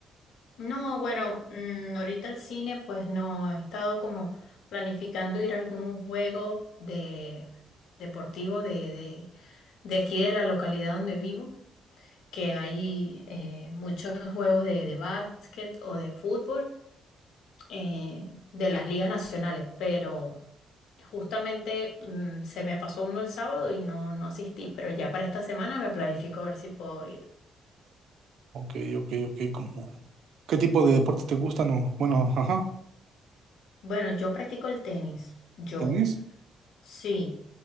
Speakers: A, on the left; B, on the right.
A: No, bueno, mm, ahorita el cine, pues no, he estado como planificando ir a algún juego de deportivo de, de, de aquí de la localidad donde vivo, que hay eh, muchos juegos de, de básquet o de fútbol eh, de las ligas nacionales, pero justamente mm, se me pasó uno el sábado y no, no asistí, pero ya para esta semana me planifico a ver si puedo ir.
B: Ok, ok, ok, como... ¿Qué tipo de deportes te gustan o, bueno, ajá.
A: Bueno, yo practico el tenis, yo.
B: ¿Tenis?
A: Sí,